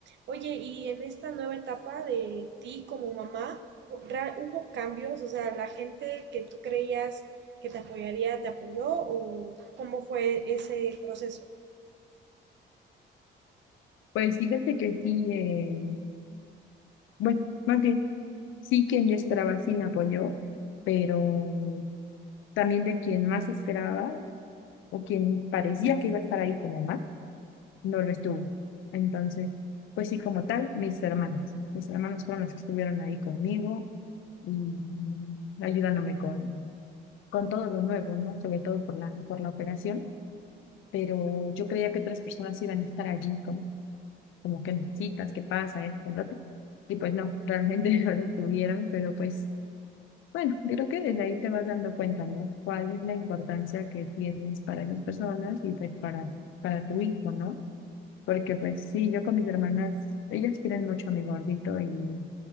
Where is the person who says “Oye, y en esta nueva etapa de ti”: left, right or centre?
Right